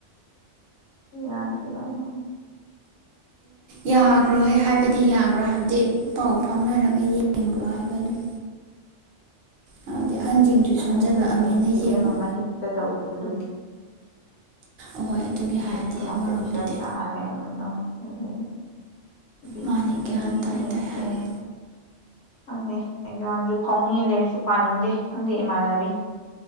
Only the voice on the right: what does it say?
ꯌꯥꯒ꯭ꯔꯣꯍꯦ ꯍꯥꯏꯕꯗꯤ ꯌꯥꯒ꯭ꯔꯣ ꯍꯥꯏꯕꯗꯤ ꯄꯥꯎ ꯐꯥꯎꯅꯔꯒ ꯌꯦꯡꯒ꯭ꯔꯣ ꯍꯥꯢꯕ ꯑꯗꯨꯝ ꯍꯥꯏꯕꯗꯤ
ꯑꯍꯟꯖꯤꯡꯖꯨ
ꯁꯣꯟꯖꯜꯂꯛꯑꯝꯅꯤꯅ
ꯌꯦꯡꯉꯣ
ꯑꯍꯣꯏ ꯑꯗꯨꯒꯤ ꯍꯥꯏꯔꯗꯤ
ꯑꯃꯔꯣꯝꯗꯗꯤ
ꯃꯥꯅꯦ ꯒ꯭ꯌꯥꯟ
ꯇꯥꯏ
ꯇꯥꯏ ꯍꯥꯏꯔꯒ